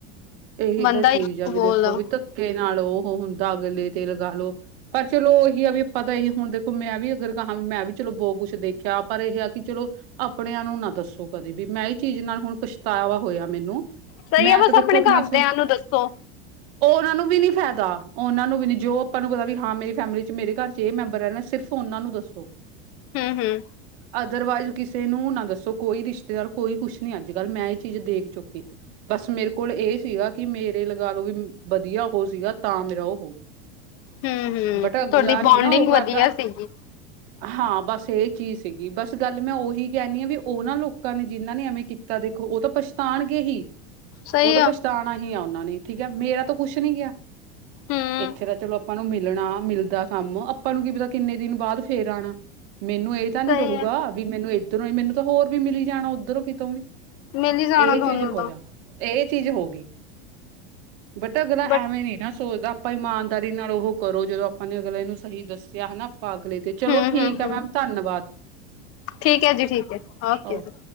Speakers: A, on the right; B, on the left.
A: ਇਹੀ
B: ਬੰਦਾ
A: ਤਾਂ ਚੀਜ਼
B: ਇੱਕ
A: ਆ ਵੀ
B: ਬੋਲਦਾ
A: ਦੇਖੋ ਵੀ ਧੱਕੇ ਨਾਲ ਉਹ ਹੁੰਦਾ ਅਗਲੇ ਤੇ ਲਗਾ ਲਓ। ਪਰ ਚਲੋ ਇਹੀ ਆ ਵੀ ਆਪਾਂ ਤਾਂ ਇਹੀ ਹੁਣ ਦੇਖੋ ਮੈਂ ਵੀ ਅਗਰ ਕਹਾਂ ਵੀ ਮੈਂ ਵੀ ਚਲੋ ਬਹੁਤ ਕੁਛ ਦੇਖਿਆ ਪਰ ਇਹ ਆ ਕਿ ਚਲੋ। ਆਪਣਿਆਂ ਨੂੰ ਨਾ ਦੱਸੋ ਕਦੇ ਵੀ ਮੈਂ ਹੀ ਚੀਜ਼ ਨਾਲ ਹੁਣ ਪਛਤਾਵਾ ਹੋਇਆ ਮੈਨੂੰ
B: ਸਹੀ
A: ਮੈਂ
B: ਹੈ ਬਸ
A: ਤਾਂ ਦੇਖੋ।
B: ਆਪਣੇ
A: ਖੋ ਆਪਣਾ
B: ਘਰਦਿਆਂ ਨੂੰ ਦੱਸੋ
A: ਉਹ ਉਹਨਾਂ ਨੂੰ ਵੀ ਨੀ। ਫਾਇਦਾ ਉਹਨਾਂ ਨੂੰ ਵੀ ਨੀ ਜੋ ਆਪਾਂ ਨੂੰ ਪਤਾ ਵੀ ਹਾਂ ਮੇਰੀ ਫੈਮਿਲੀ ਚ ਮੇਰੇ ਘਰ ਚ ਇਹ ਮੈਂਬਰ ਰਹਿਣਾ ਸਿਰਫ ਉਹਨਾਂ ਨੂੰ ਦੱਸੋ।
B: ਹਮ ਹਮ।
A: ਅਦਰਵਾਈਜ਼ ਕਿਸੇ ਨੂੰ ਨਾ ਦੱਸੋ ਕੋਈ ਰਿਸ਼ਤੇਦਾਰ ਕੋਈ ਕੁਛ ਨੀ ਅੱਜ ਕੱਲ ਮੈਂ ਇਹ ਚੀਜ਼ ਦੇਖ ਚੁੱਕੀ ਬਸ ਮੇਰੇ ਕੋਲ ਕੋਲ ਇਹ ਸੀਗਾ ਕਿ ਮੇਰੇ ਲਗਾ ਲਓ ਵੀ ਵਧੀਆ ਹੋ ਸੀਗਾ ਤਾਂ ਮੇਰਾ ਉਹ ਹੋ ਗਿਆ।
B: ਹੂੰ ਹੂੰ
A: ਬਟਾ ਅਗਲਾ
B: ਤੁਹਾਡੀ
A: ਨੀ
B: ਬੋਂਡਿੰਗ
A: ਨਾ ਉਹ ਕਰਦਾ
B: ਵਧੀਆ ਸੀਗੀ
A: ਹਾਂ ਬਸ ਇਹ ਚੀਜ਼ ਸੀਗੀ ਬਸ ਗੱਲ ਮੈਂ ਉਹੀ ਕਹਿਣੀ ਹਾਂ ਵੀ ਉਹਨਾਂ ਲੋਕਾਂ ਨੇ ਜਿਹਨਾਂ ਨੇ ਐਵੇਂ ਤਾਂ ਦੇਖੋ ਉਹ ਤਾਂ ਪਛਤਾਣਗੇ ਹੀ
B: ਸਹੀ
A: ਉਹ ਤਾਂ
B: ਆ
A: ਪਛਤਾਣਾ ਹੀ ਆ ਉਹਨਾਂ ਨੇ ਠੀਕ ਹੈ ਮੇਰਾ ਤਾਂ ਕੁੱਛ ਨੀ ਗਿਆ।
B: ਹੂੰ
A: ਇੱਥੇ ਤਾਂ ਚਲੋ ਆਪਾਂ ਨੂੰ ਮਿਲਣਾ ਮਿਲਦਾ ਕੰਮ ਆਪਾਂ ਨੂੰ ਕੀ ਪਤਾ ਕਿੰਨੇ ਦਿਨ ਬਾਅਦ ਫੇਰ ਆਉਣਾ ਮੈਨੂੰ ਇਹ ਤਾਂ ਨੀ
B: ਸਹੀ
A: ਰਹੇਗਾ
B: ਹੈ
A: ਵੀ ਮੈਨੂੰ ਇਏਧਰੋਂ ਹੀ ਮੈਨੂੰ ਤਾਂ ਹੋਰ ਵੀ ਮਿਲੀ ਜਾਣਾ ਉੱਧਰੋਂ ਕਿਤੋਂ ਵੀ
B: ਮਿਲ ਹੀ ਜਾਣਾ
A: ਇਹ
B: ਤੁਹਾਨੂੰ
A: ਚੀਜ਼ ਹੋ
B: ਤਾਂ
A: ਜਾ ਇਹ ਚੀਜ਼ ਹੋ ਗਈ ਬਟ ਅਗਲਾ
B: ਬਟ
A: ਐਵੇਂ ਨ ਨਾ ਸੋਚਦਾ ਆਪਾਂ ਇਮਾਨਦਾਰੀ ਨਾਲ ਉਹ ਕਰੋ ਜਦੋਂ ਆਪਾਂ ਨੇ ਅਗਲੇ ਨੂੰ ਸਹੀ ਦੱਸਿਆ ਹਨਾ ਆਪਾਂ ਅਗਲੇ ਤੇ ਚਲੋ
B: ਹੂੰ
A: ਠੀਕ
B: ਹੂੰ
A: ਹੈ
B: ਹੂੰ
A: ਮੈਮ ਧੰਨਵਾਦ।
B: ਠੀਕ ਹੈ ਜੀ ਠੀਕ ਹੈ ਓਕੇ
A: ਓ
B: ਜੀ।